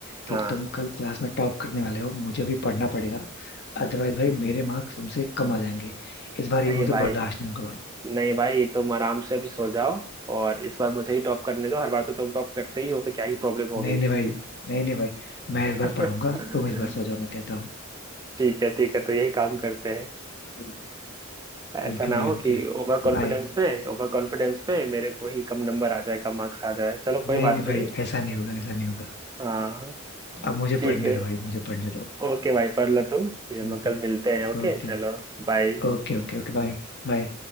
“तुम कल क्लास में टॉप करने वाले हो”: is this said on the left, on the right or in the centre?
Left